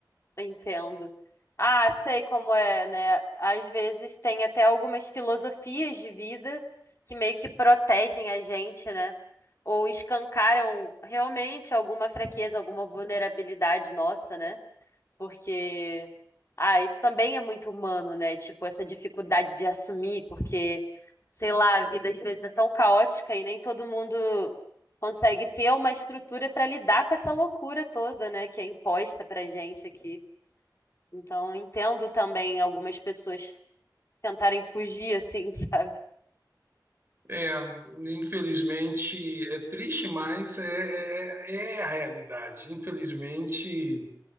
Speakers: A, on the left; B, on the right.
A: Entendo. Ah, sei como é, né? Às vezes tem até algumas filosofias de vida que meio que protegem a gente, né? Ou escancaram realmente alguma fraqueza, alguma vulnerabilidade nossa, né? Porque, ah, isso também é muito humano, né? Tipo, essa dificuldade de assumir, porque, sei lá, a vida às vezes é tão caótica e nem todo mundo consegue ter uma estrutura para lidar com essa loucura toda, né? Que é imposta pra gente aqui. Então, entendo também algumas pessoas tentarem fugir assim, <laughs> sabe?
B: É, infelizmente é triste, mas é, é, é a realidade. Infelizmente